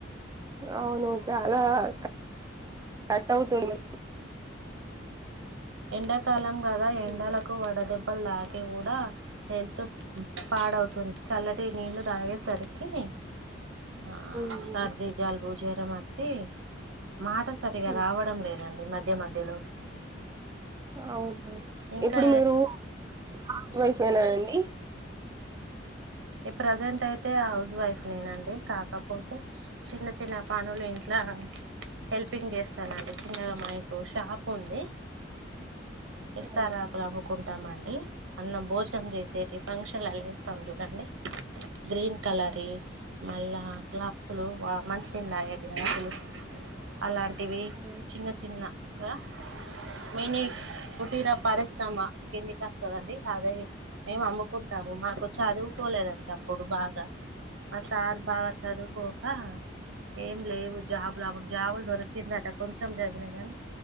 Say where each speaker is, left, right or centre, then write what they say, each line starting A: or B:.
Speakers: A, on the right; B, on the right.
A: అవును చాలా కట్ కట్ అవుతుంది
B: ఎండాకాలం కదా ఎండలకు
A: హ్మ్
B: వడద దెబ్బలు తాకి కూడా హెల్త్ పాడవుతుంది చల్లటి నీళ్లు తాగేసరికి ఆ
A: హ్మ్
B: సర్ది జలుబు జరం వచ్చి మాట సరిగా
A: హ్మ్
B: రావడం లేదండి మధ్య మధ్యలో
A: ఆ హ
B: ఇంకా
A: ఇప్పుడు మీరు హౌస్ వైఫ్ ఎ నా అండి
B: ఈ ప్రజెంట్ అయితే హౌస్ వైఫ్ నేనండి కాకపోతే చిన్న చిన్న పనులు ఇంట్లో ఆ హెల్పింగ్ చేస్తానండి చిన్నగా మాయకు షాప్ ఉంది ఇస్తారాకులు
A: అవునా
B: అముకున్ మండి అన్నం భోజనం చేసేటి ఫంక్షన్ ల ఇస్తాం చూడండి గ్రీన్ కలరీ మళ్ళా గ్లాసులు మంచి థిన్ తాగేటివి గ్లాసులు అలాంటివి
A: అవునా
B: చిన్న చిన్నగా మీని కుటీర పరిశ్రమ కిందికి వస్తదండి అదే మేము అమ్ముకుంటాము మాకు చదు చదుకోలేదండి అప్పుడు బాగా మా సార్ బాగా చదువుకోక ఏం లేవు జాబులు అప్పుడు జాబులు దొరికిందట కొంచెం చదివినా కాగానీ